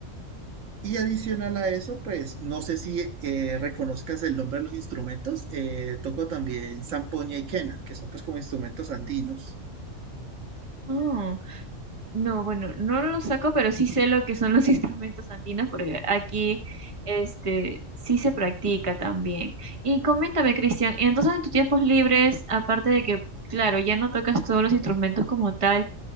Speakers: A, on the right (about 80°); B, on the right (about 25°).
A: Y adicional a eso, pues no sé si eh, reconozcas el nombre de los instrumentos, eh, toco también zampoña y quena, que son pues como instrumentos andinos.
B: Mm. No, bueno, no lo saco, pero sí sé lo que son los <laughs> instrumentos andinos porque aquí este sí se practica también. Y coméntame, Cristian, entonces en tus tiempos libres, aparte de que, claro, ya no tocas todos los instrumentos como tal,